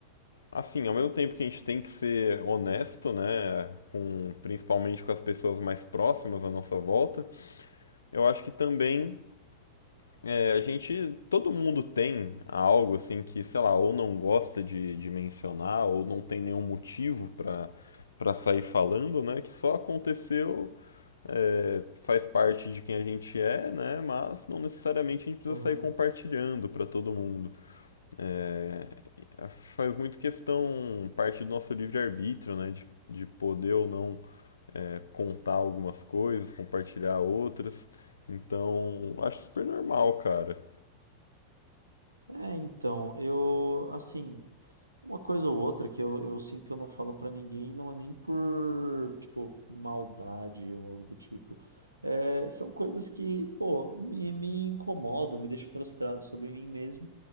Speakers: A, on the left; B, on the right.
A: assim, ao mesmo tempo que a gente tem que ser honesto, né? Com, principalmente com as pessoas mais próximas à nossa volta, eu acho que também É, A gente, todo mundo tem algo assim que, sei lá, ou não gosta de, de mencionar, ou não tem nenhum motivo pra para sair falando, né? Que só aconteceu, é, faz parte de quem a gente é, né? Mas não necessariamente a gente precisa
B: aham.
A: sair compartilhando pra todo mundo. É, faz muito questão parte do nosso livre-arbítrio, né? De, de poder ou não é, contar algumas coisas, compartilhar outras. Então, acho super normal, cara.
B: É, então, eu, assim, Uma coisa ou outra que eu, eu sinto que eu não falo pra ninguém, não é nem por, tipo, maldade ou algo do tipo. É, são coisas que, pô, me, me incomodam, me deixam frustrado sobre mim mesmo.